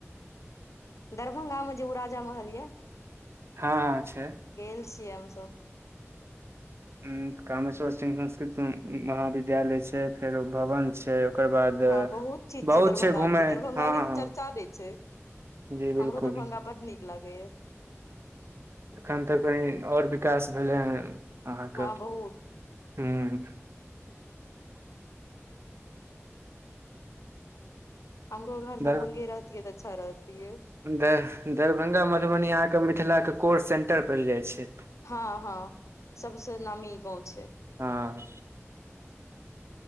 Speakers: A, on the left (about 85°); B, on the right (about 55°).
A: दरभंगा मे जे उ राजा महल यऽ।
B: हां छै।
A: गेल छियै हम सब।
B: उम्म कामेश्वर सिंह संस्कृत महाविद्यालय छै, फेरो भवन छै। ओकर बाद
A: हां बहुत चीज
B: बहुत
A: छै, दरभंगा
B: घूमे
A: मे तऽ दरभंगा
B: हँ
A: के तऽ
B: हँ
A: चर्चा नै छै।
B: जी बिलकुल
A: हमरो दरभंगा बड नीक लागैया।
B: एखन ते कहीं और विकास भेलै हन अहाँ
A: हँ
B: के
A: बहुत
B: हुं।
A: हमरो घर
B: दर
A: दरभंगे रहतिये तऽ अच्छा रहतिये।
B: द दरभंगा, मधुबनी अहाँ के मिथला के कोर सेंटर पैड़ जाय छै।
A: हां-हां सबसे नामी गाँव छै।
B: हां।